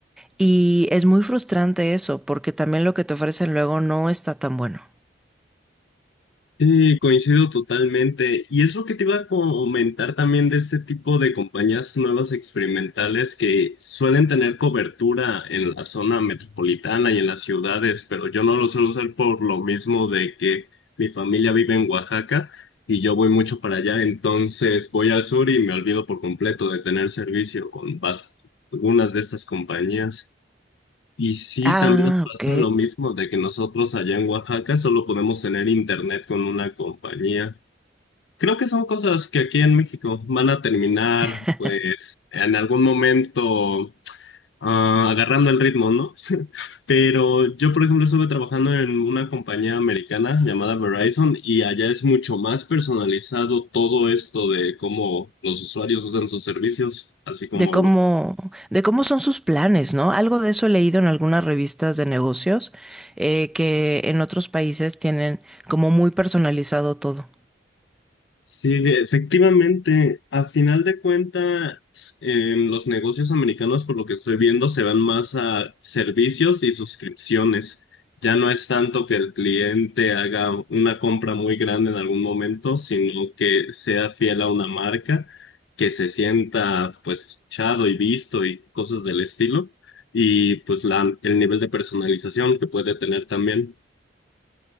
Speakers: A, in the centre; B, on the left.
A: Y es muy frustrante eso, porque también lo que te ofrecen luego no está tan bueno.
B: Sí, coincido totalmente. Y es lo que te iba a comentar también de este tipo de compañías nuevas experimentales que suelen tener cobertura en la zona metropolitana y en las ciudades, pero yo no lo suelo usar por lo mismo de que mi familia vive en Oaxaca y yo voy mucho para allá, entonces voy al sur y me olvido por completo de tener servicio con bas- algunas de estas compañías. Y sí,
A: Ah,
B: también nos pasa
A: ok.
B: lo mismo de que nosotros allá en Oaxaca solo podemos tener internet con una compañía. Creo que son cosas que aquí en México van a terminar,
A: <laughs>
B: pues, en algún momento ah, agarrando el ritmo, ¿no? <laughs> Pero yo, por ejemplo, estuve trabajando en una compañía americana llamada Verizon y allá es mucho más personalizado todo esto de cómo los usuarios usan sus servicios, así como
A: de cómo,
B: los
A: de cómo son sus planes, ¿no? Algo de eso he leído en algunas revistas de negocios, eh, que en otros países tienen como muy personalizado todo.
B: Sí, de- efectivamente, a final de cuentas, em, los negocios americanos, por lo que estoy viendo, se van más a servicios y suscripciones. Ya no es tanto que el cliente haga una compra muy grande en algún momento, sino que sea fiel a una marca, que se sienta pues chado y visto y cosas del estilo, y pues la, el nivel de personalización que puede tener también.